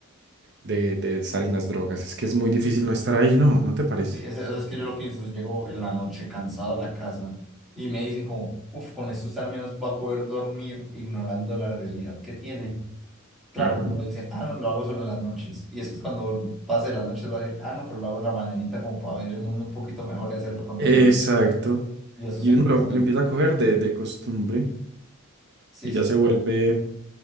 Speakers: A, on the right; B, in the centre.
A: de, de estar en las drogas. Es que es muy difícil no estar ahí, ¿no? ¿No te parece?
B: Y es, es que yo lo pienso, llego en la noche cansado a la casa y me dicen como, uff, con esto usted al menos va a poder dormir ignorando la realidad que tiene Claro,
A: Ajá.
B: uno dice, ah, no, lo hago solo en las noches. Y es que cuando pase las noches va a decir, ah, no, pero lo hago en la mañanita como para ver el mundo un poquito mejor y hacerlo con
A: Exacto.
B: más ganas". Y eso
A: Y
B: se empieza
A: uno lo,
B: ahí.
A: lo empieza a coger de, de costumbre
B: Sí,
A: y ya
B: sí,
A: se
B: yo creo
A: vuelve,
B: que-